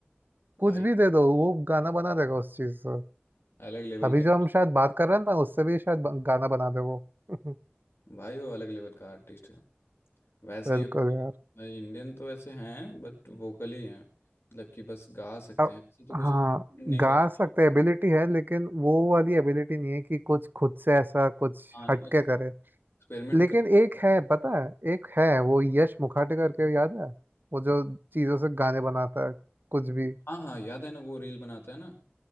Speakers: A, on the left (about 80°); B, on the right (about 55°).
A: भाई
B: कुछ भी दे दो वो गाना बना देगा उस चीज
A: अलग लेवल
B: अभी
A: के
B: जो हम शायद बात कर रहे हैं ना उससे भी शायद ब- गाना बना दे वो <laughs>
A: भाई वो अलग लेवल का आर्टिस्ट है वैसे
B: बिल्कुल
A: ही होते हैं
B: यार
A: भाई इंडियन तो वैसे हैं बट वोकली हैं मतलब कि बस गा सकते
B: अब
A: हैं ऐसे तो कुछ
B: हाँ
A: नहीं
B: गा
A: करते
B: सकते एबिलिटी है लेकिन वो वाली एबिलिटी नहीं है कि कुछ खुद से ऐसा कुछ
A: हाँ
B: हटके करे
A: एक्सपेरिमेंट
B: लेकिन
A: कर
B: एक है पता है एक है वो यश मुखाटे करके याद है वो जो चीजों से गाने बनाता है कुछ भी
A: हाँ हाँ याद है ना वो रील बनाता है ना